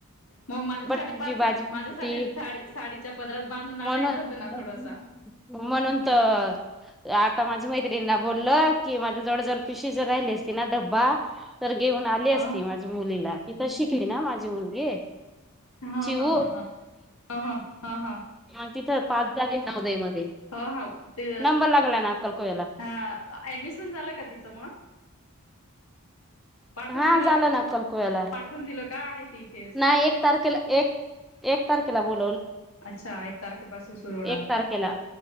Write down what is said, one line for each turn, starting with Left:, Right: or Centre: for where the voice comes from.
Left: मग माझ्यासाठी
Centre: बटाट्याची
Left: पार्सल
Centre: भाजी पण
Left: माझ्यासाठी
Centre: होती
Left: साडी साडीच्या पदरात बांधून आणायचं
Centre: म्हणून
Left: होतं ना थोडसा
Centre: म्हणून तर आता माझी मै मैत्रीण ला बोललं की माझ्या जवळ जवळ पिशवी जर राहिली असती ती ना डब्बा तर घेऊन आली
Left: अ
Centre: असती माझ्या मुलीला ती तशी. ना माझी मुलगी
Left: हा
Centre: चिवू
Left: हा हा हा ह ह. हा हा.
Centre: आण मग तिथं पाच झाले नवोदय मध्ये
Left: ह ह ते
Centre: नंबर लागला ना अक्कलकोव्याला
Left: ह ऍडमिशन झालं का तिचं मग. पाठवून
Centre: हा
Left: दिलं
Centre: झाला
Left: का
Centre: ना अक्कलकोव्याला
Left: पाठवून दिलं का आहे ती. इथेच
Centre: नाही एक तारखेला एक तारखेला बोल.
Left: अच्छा एक तारखेपासून सुरू होणार
Centre: एक तारखेला
Left: का